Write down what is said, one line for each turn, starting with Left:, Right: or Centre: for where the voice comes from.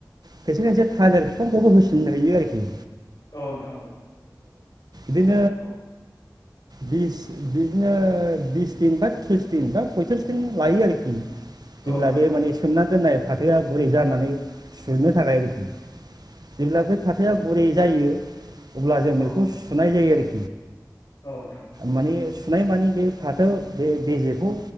Right: खायसे-खायसे थालिर फिफांखौबो होसन होयो आरोखि
Left: औ नोंथां औ।
Right: बिदि
Left: औ
Right: बिस बिदिनो बिस दिन बा थ्रिस दिन बा पयथ्रिस दिन लायो आरोखि।
Left: औ
Right: जेब्ला
Left: नोंथां
Right: बे माने सोमना दोननाय फाथोआ गुरै जानानै सुनो थाखाय आरोखि। जेब्लाबा बे फाथोआ गुरै जायो। अब्ला जों
Left: औ
Right: बेखौ सुनाय जायो आरोखि।
Left: औ नोंथां
Right: माने सुनाय माने बे फाथो बे बेजेखौ